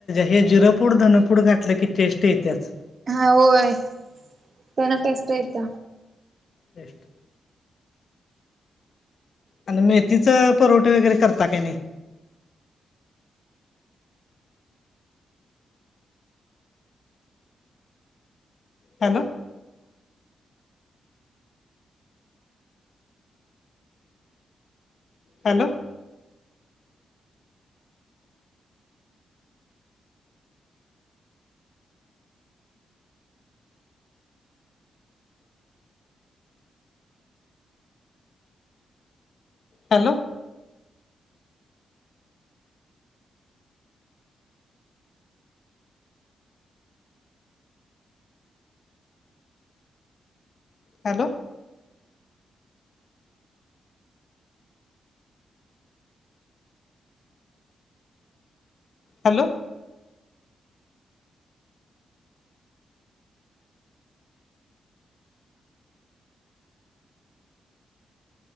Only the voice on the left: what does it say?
हे जिरपूड धनपूड घातलं की टेस्ट येतेच.
टेस्ट. आणि मेथीचं परवठा वगैरे करता काय नाही. Hello. Hello. Hello. Hello. Hello.